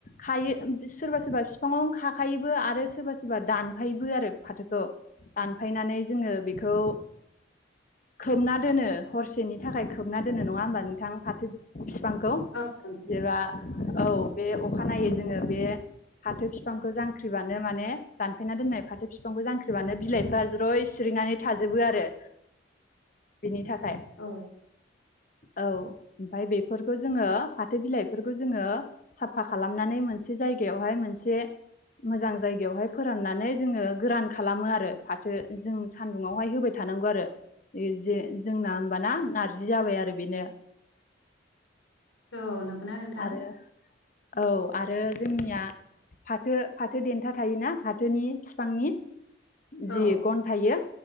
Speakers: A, on the left; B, on the left.
A: खायो सोरबा सोरबा फिफांआवनो खाखायोबो आरो सोरबा सोरबा दानफायोबो आरो फाथो खौ दानफायनानै जोंङो बेखौ खोबना दोनो हरसेनि थाखाय खोबना दोनो नंङा होमबा नोंथां फाथो बिफांखौ
B: औ नंगौ
A: जेबा औ बे अखानायै जोङो बे फाथो फिफांखौ जांख्रिबानो माने दानफायना दोननाय फाथो फिफांखौ जांख्रिबानो बिलाइफ्रा ज्रय सिरिनानै थाजोबो आरो बिनि थाखाय।
B: औ
A: औ ओमफाय बेफोरखौ जोंङो फाथो बिलाइफोरखौ जोंङो फा खालामनानै मोनसे जायगायावहाय मोनसे मोजां जायगायावहाय फोराननानै जोंङो गोरान खालामो आरो फाथो जों सान्दुंङावहाय होबाय थानांगौ आरो। ए जे जोंना होमबाना नारजि जाबाय आरो बेनो।
B: औ नंगौना नोंथां?
A: आरो औ आरो जोंनिया फाथो फाथो देन्था थायोना फाथोनि बिफांनि
B: औ
A: जि गन थायो